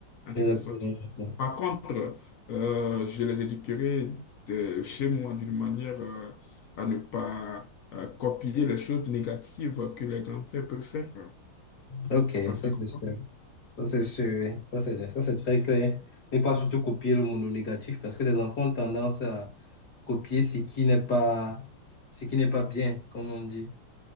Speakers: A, on the left; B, on the left.
A: en quelque
B: Exactement.
A: sorte. Par contre, euh, je les éduquerai de chez moi d'une manière euh, à ne pas euh, copier les choses négatives que les grands-pères peuvent faire.
B: Ok,
A: C'est pas ce
B: ça
A: qu'ils comprennent.
B: c'est sûr. Ça, c'est sûr, oui. Ça, c'est, ça, c'est très clair. Ne pas surtout copier le mono négatif parce que les enfants ont tendance à copier ce qui n'est pas, ce qui n'est pas bien, comme on dit,